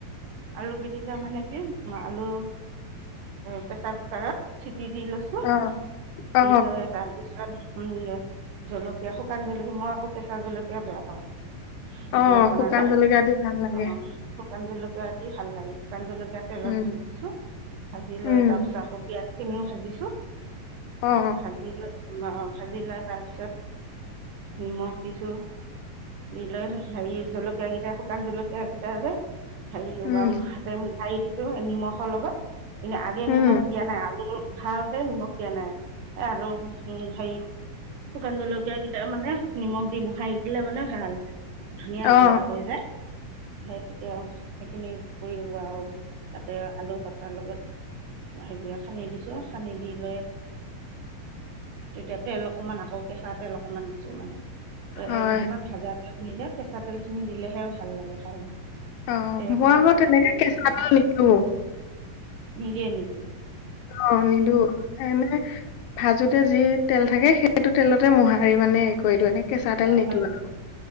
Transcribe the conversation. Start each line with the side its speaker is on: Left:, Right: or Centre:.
Right: আলু পিটিকা মানে কি, আলু প্ৰেচাৰ কুকাৰত চিটি দি লৈছো
Left: অ অ
Right: দি লৈয়ে তাৰ পিছত উম্ জলকীয়া শুকান জলকীয়া, মই আকৌ কেঁচা জলকীয়া বেয়া পাওঁ। পিটিকা
Left: অ
Right: বনালে,
Left: শুকান জলকীয়া দি ভাল লাগে
Right: অ' শুকান জলকীয়া দি ভাল লাগে শুকান জলকীয়া তেলত
Left: উম
Right: ভাজিছোঁ, ভাজি
Left: উম
Right: লৈ তাৰপিছত আকৌ পিঁয়াজখিনিও ভাজিছোঁ।
Left: অ
Right: ভাজিলো ভাজি লৈ তাৰপিছত নিমখ দিছোঁ দি লৈ হেৰি, জলকীয় কেইটা শুকান জলকীয়াকেইটা যে হেৰি।
Left: উম
Right: হাতে মোহাৰি দিছো নিমখৰ লগত, এনেই আগে
Left: উম
Right: নিমখ দিয়া নাই আলু খাওতেজ নিমখ দিয়া নাই আৰু উ হেৰি শুকান জলকীয়া কেইটা মানে নিমখ দি মো হাৰি দিলে মানে ভাল ধুনীয়া
Left: অ
Right: গুৰা হৈ যায়, সেই তেতিয়া সেইখিনি কৰি আৰু তাতে আলু বটাৰ লগত হেৰিয়ে খান্দি দিছো, খান্দি দি লৈ তেতিয়া তেল অকমান, আকৌ কেঁচা তেল অকমান দিছো মানে
Left: হয়
Right: আৰু যিমান ভাজা তেল নিদিয়ক, কেঁচা তেল খিনি দিলেহে ভাল লাগে খাই
Left: অ'
Right: তেতিয়া
Left: মই
Right: কেঁচা
Left: আকৌ
Right: তেল
Left: তেনেকে
Right: অকমান
Left: কেঁচা
Right: দিছোঁ আৰু
Left: তেল নিদো
Right: নিদিয়ে নিকি
Left: অ' নিদো এনে ভাজোতে যি তেল থাকে, সেইটো তেলতে মোহাৰি মানে কৰি দিওঁ এনেকে কেঁচা তেল নিদো,
Right: হয় নি
Left: আৰু